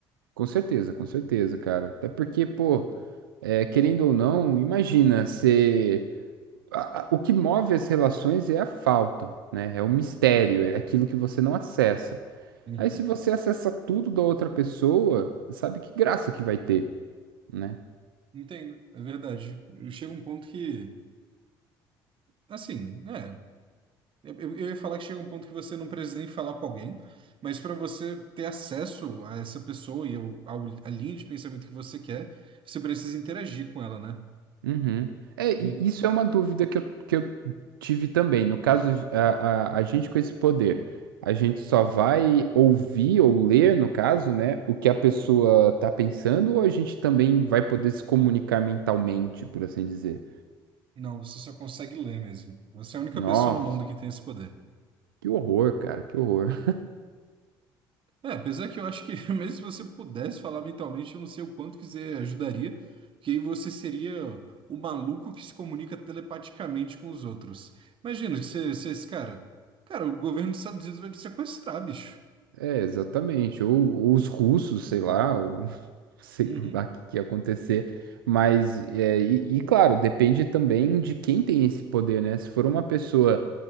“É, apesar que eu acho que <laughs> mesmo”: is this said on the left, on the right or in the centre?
Right